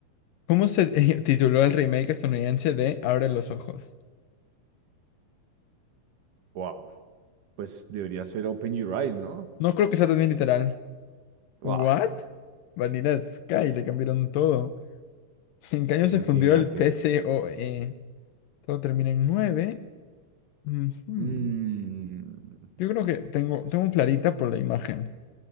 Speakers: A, on the left; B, on the right.
A: ¿Cómo se <laughs> eh, tituló el remake estadounidense de Abre los ojos?
B: Wow. Pues debería ser Open Your Eyes, ¿no?
A: No creo que sea tan literal.
B: Wow.
A: ¿What? Vanilla Sky, le cambiaron todo. ¿En qué año
B: Si
A: se
B: no
A: fundió
B: tiene nada
A: el
B: que
A: PCOE?
B: ver.
A: Todo termina en 9. Ujú.
B: Mmm.
A: Yo creo que tengo, tengo clarita por la imagen.